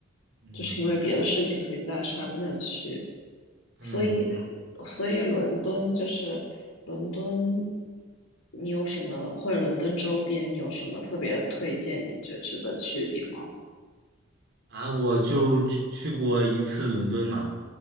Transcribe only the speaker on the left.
就是因为别的事情，所以暂时还不能去。
所以，所以伦敦就是伦敦，你有什么或者伦敦周边你有什么特别推荐？你觉得值得去的地方吗？